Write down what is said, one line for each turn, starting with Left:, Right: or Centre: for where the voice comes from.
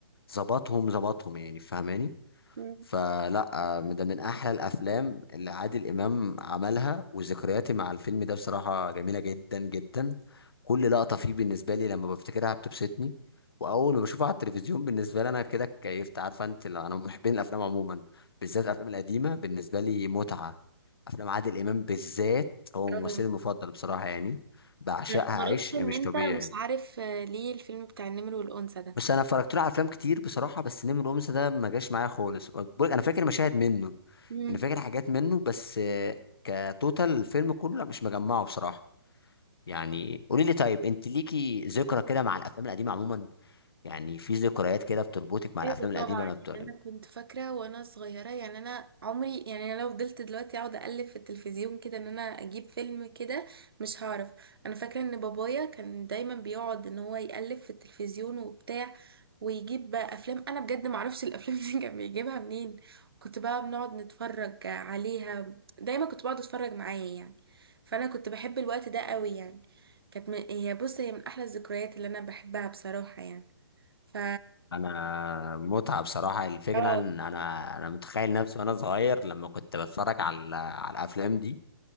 Left: ظبطهم ظبطهم يعني فاهماني
Right: مم.
Left: فلا آه، ده من احلى الافلام اللي عادل امام عملها وذكرياتي مع الفيلم ده بصراحه جميله جدا جدا كل لقطه فيه بالنسبه لي لما بفتكرها بتبسطني واول ما بشوفها على التلفزيون بالنسبه لي انا كده كيفت عارفه انت لو انا من محبين الافلام عموما بالذات الافلام القديمه بالنسبه لي متعه افلام عادل امام بالذات هو
Right: أوي.
Left: ممثلي المفضل بصراحه يعني بعشقها
Right: أنا استغربت
Left: عيش
Right: ان
Left: مش
Right: انت
Left: طبيعي
Right: مش
Left: يعني.
Right: عارف آه، ليه الفيلم بتاع النمر والانثى
Left: بس انا اتفرجت له على افلام كتير بصراحه بس نمر الأمس ده ما جاش معايا خالص بقولك انا فاكر مشاهد منه
Right: ده
Left: انا فاكر حاجات منه بس آه، كتوتال الفيلم كله لا مش مجمعه بصراحه يعني قولي لي طيب انت ليكي ذكرى كده مع الافلام القديمه عموما يعني في ذكريات كده بتربطك مع
Right: ايوه
Left: الافلام القديمه
Right: طبعا
Left: انا
Right: يعني
Left: بتقول
Right: انا كنت فاكره وانا صغيره يعني انا عمري يعني انا لو فضلت دلوقتي اقعد اقلب في التلفزيون كده ان انا اجيب فيلم كده مش هعرف انا فاكره ان بابايا كان دايما بيقعد ان هو يقلب في التلفزيون وبتاع ويجيب بقى افلام انا بجد ما اعرفش <laughs> الافلام دي كان بيجيبها منين كنت بقى بنقعد نتفرج عليها دايما كنت بقعد اتفرج معاه يعني فانا كنت بحب الوقت ده قوي يعني كانت من... هي بص هي من احلى الذكريات اللي انا بحبها بصراحه يعني ف
Left: انا متعه بصراحه الفكره
Right: اه
Left: ان انا انا متخيل نفسي وانا صغير لما كنت بتفرج على على الافلام دي